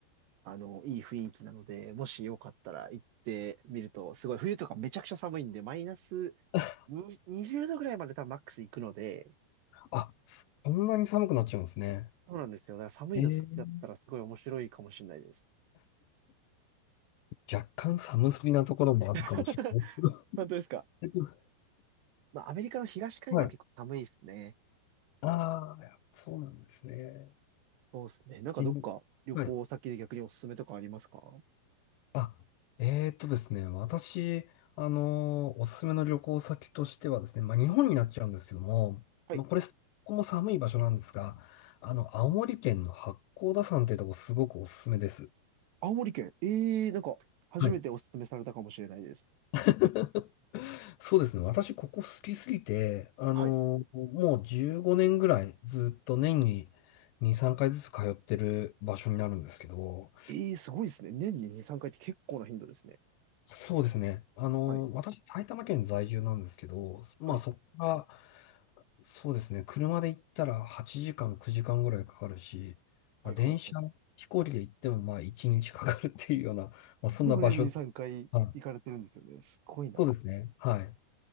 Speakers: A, on the right; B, on the left.
A: あの、いい雰囲気なので、もしよかったら行ってみると、すごい、冬とかめちゃくちゃ寒いんで、マイナス
B: <laughs>
A: に20度ぐらいまで多分マックス行くので、
B: あ、そんなに寒くなっちゃうんですね。
A: そうなんですよ。だから寒いの好きだったらすごい面白いかもしれないです。
B: ええ。若干寒すぎなところもあるかもしれな
A: <laughs> 本当ですか。
B: い。<laughs>
A: まあ、アメリカの東海岸は結構寒いですね。
B: はい。ああ、そうなんですね。
A: そうですね。なんかどっか旅行先で逆におすすめとかありますか
B: しんどはいあ、えーっとですね、私、あのーおすすめの旅行先としてはですね、まあ、日本になっちゃうんですけども、
A: はい。
B: まあ、これ、ここも寒い場所なんですが、あの、青森県の八甲田山っていうとこすごくおすすめです。
A: 青森県。ええなんか初めておすすめされたかもしれないです。
B: はい。<laughs> そうですね、私、ここ好きすぎて、あのーもう15年ぐらいずっと年に
A: はい。
B: 2、3回ずつ通ってる場所になるんですけど、
A: ええすごいですね。年に2、3回って結構な頻度ですね。
B: そうですね、あのー私、
A: はい。
B: 埼玉県在住なんですけど、まあ、
A: はい。
B: そこから、そうですね。車で行ったら8時間、9時間ぐらいかかるし、
A: はいはいはい。
B: まあ、電車、飛行機で行ってもまあ1日かかるっていうような、まあ、そんな場所。
A: でも年に3回行かれてるんですよね。
B: はい。
A: すごいな。
B: そうですね。はい。